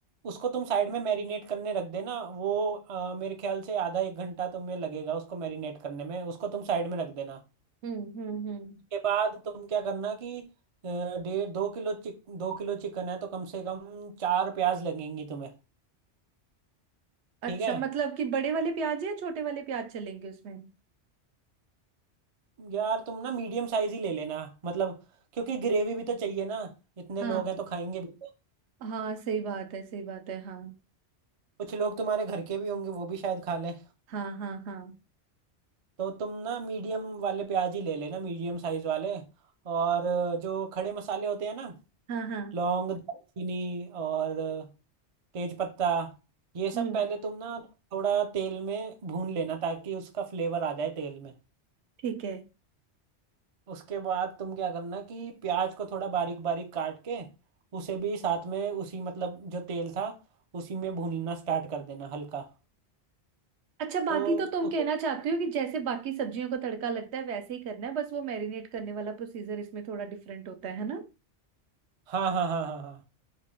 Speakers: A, on the right; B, on the right.
A: उसको तुम साइड में मैरिनेट करने रख देना वो अ, मेरे ख्याल से आधा एक घंटा तुम्हें लगेगा उसको मैरिनेट करने में उसको तुम साइड में रख देना
B: हम्म हम्म हम्म
A: के बाद तुम क्या करना कि अ, डेढ़ दो किलो चिक दो किलो चिकन है तो कम से कम चार प्याज लगेंगी तुम्हें
B: अच्छा
A: ठीक है
B: मतलब कि बड़े वाले प्याज या छोटे वाले प्याज चलेंगे उसमें
A: यार तुम ना मीडियम साइज ही ले लेना मतलब क्योंकि ग्रेवी भी तो चाहिए ना इतने
B: हाँ
A: लोग हैं तो खाएंगे भी तो।
B: हाँ सही बात है सही बात है हाँ
A: कुछ लोग तुम्हारे घर के भी होंगे वो भी शायद खा लें
B: हाँ हाँ हाँ
A: तो तुम ना मीडियम वाले प्याज ही ले लेना मीडियम साइज वाले और अ, जो खड़े मसाले होते हैं ना
B: हाँ हाँ
A: लौंग दालचीनी और तेज पत्ता ये सब
B: हम्म
A: पहले तुम ना थोड़ा तेल में भून लेना ताकि उसका फ्लेवर आ जाए तेल में
B: ठीक है
A: उसके बाद तुम क्या करना कि प्याज को थोड़ा बारीक बारीक काट के उसे भी साथ में उसी मतलब जो तेल था उसी में भूनना स्टार्ट कर देना हल्का
B: अच्छा बाकी
A: तो
B: तो तुम
A: उसे
B: कहना चाहते हो कि जैसे बाकी सब्जियों का तड़का लगता है वैसे ही करना है बस वो मैरिनेट करने वाला प्रोसीजर इसमें थोड़ा डिफरेंट होता है है ना
A: हाँ हाँ हाँ हाँ हाँ